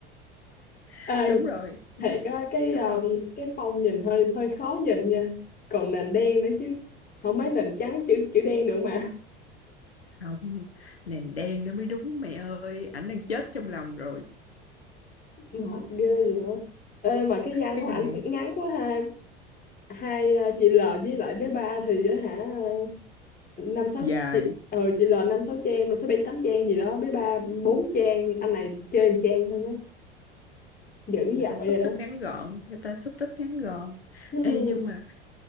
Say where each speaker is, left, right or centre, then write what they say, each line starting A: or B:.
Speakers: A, on the left; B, on the left.
A: <laughs>
B: Ê,
A: đúng rồi
B: thiệt
A: đúng rồi
B: á cái
A: đúng
B: um,
A: rồi
B: cái phông nhìn hơi hơi khó nhìn nha còn nền đen nữa chứ không mấy nền trắng chữ chữ đen được mà
A: không nền đen nó mới đúng mẹ ơi ảnh đang chết trong lòng rồi
B: <laughs> mệt ghê vậy ê mà cái văn
A: cái
B: của
A: này
B: ảnh ngắn quá ha hai ờ, chị L với lại bé ba thì á hả ờ, năm sáu
A: dài
B: chị ờ chị L năm sáu trang năm sáu bảy tám trang gì đó bé ba bốn trang anh này chơi một trang thôi má dữ
A: người ta
B: dội
A: xúc
B: rồi đó
A: tích ngắn gọn người ta xúc tích ngắn gọn
B: hmm,
A: ê nhưng mà